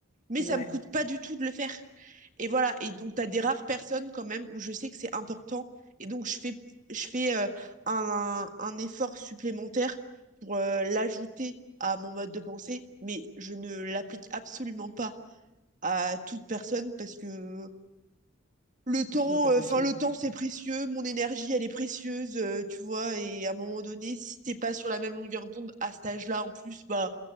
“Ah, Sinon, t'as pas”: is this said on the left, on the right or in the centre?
Left